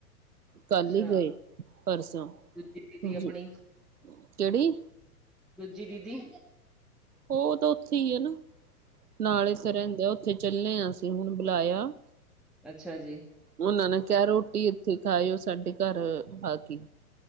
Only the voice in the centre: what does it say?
ਅੱਛਾ
ਦੂਜੀ ਦੀਦੀ
ਆਪਣੀ
ਦੂਜੀ ਦੀਦੀ
ਅੱਛਾ ਜੀ।